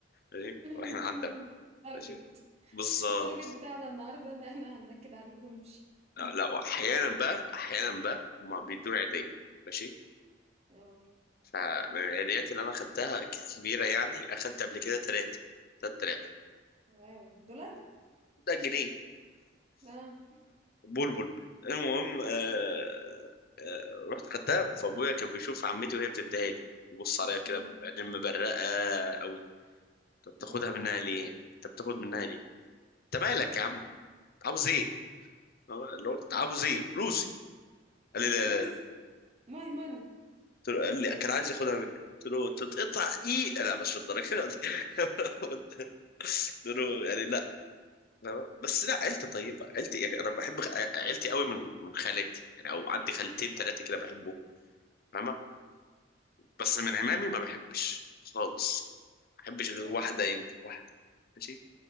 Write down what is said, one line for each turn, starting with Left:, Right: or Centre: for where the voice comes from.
Left: ماشي
Right: ده؟
Left: وإحنا عندنا
Right: التارجت
Left: ماشي بالظبط
Right: التارجت بتاعنا النهاردة إن إحنا هننكد عليك ونمشي
Left: آه، لا أحيانا بقى أحيانا بقى هما بيدوني عيدية
Right: مم.
Left: ماشي
Right: اه
Left: فمن العيديات اللي أنا خدتها ك- كبيرة يعني أخدت قبل كده تلاتة تلات آلاف
Right: واو دولار
Left: ده جنيه
Right: اه
Left: بلبل المهم آه آه رحت خدتها فأبويا كان بيشوف عمتي وهي بتديها لي بص عليا كده
Right: مم.
Left: بعدين مبرقة قوي انت بتاخدها
Right: مم.
Left: منها ليه انت بتاخد منها ليه انت مالك
Right: مم.
Left: يا عم عاوز ايه اللي هو عاوز ايه فلوسي قال لي لا
Right: فلوس
Left: لا لا
Right: ماي ماني
Left: قلت له قال لي كان عايز ياخدها مني قلت له تتقطع ايه لا مش الدرجه دي <laughs> قلت له يعني لا أنا- بس لا عيلتي طيبه عيلتي يعني انا بحب خ- عيلتي قوي من من خالاتي يعني او عندي خالتين ثلاثه كده بحبهم فاهمه بس من عمامي ما بحبش خالص ما بحبش غير
Right: اه
Left: واحده يمكن واحده ماشي